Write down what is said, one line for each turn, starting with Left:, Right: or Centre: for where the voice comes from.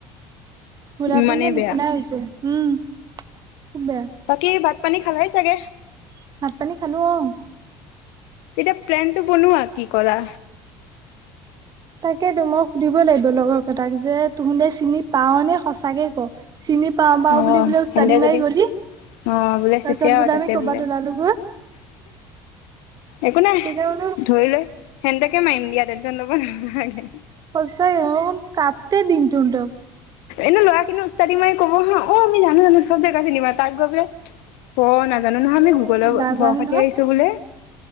Right: ঘুৰা
Left: ইমানেই
Right: পোন যে নুশুনাইছো
Left: বেয়া।
Right: উম খুব বেয়া ভাত
Left: বাকী ভাত পানী খালাই চাগে?
Right: পানী খালো অ'
Left: এতিয়া প্লেনটো বনোৱা কি কৰা
Right: তাকেইেতো মই সুধিব লাগিব লগৰ কেইটাক যে তুহুতে চিনি পাও নে সঁচাকে ক চিনি পাওঁ পাওঁ
Left: অ'
Right: বুলি অচতাদি
Left: সেন্তে
Right: মাৰি
Left: যদি
Right: গলি
Left: অ', বোলে
Right: তাৰপিছত
Left: চিছে আৰু তাতে
Right: আমি ক'ৰবাত
Left: বোলে
Right: ওলালোগৈ
Left: একো নাই
Right: তেতিয়া
Left: ধৰি
Right: বোলো
Left: লৈ সেনেতেকে মাৰিম দিয়া টেনচন ল'ব নাগে
Right: সঁচায় ও তাতে দিনটোৰ দোখ
Left: এনে ল'ৰা খিনি অস্তাদি মাই ক'ব হা অ আমি জানো জানো চব জেগা চিমা তাক গৈ পোলে অ', নাজানো নহয়
Right: এ
Left: আমি গুগলৰ
Right: নাজানো
Left: ভয় খাতি
Right: নহয়
Left: আহিছো বোলে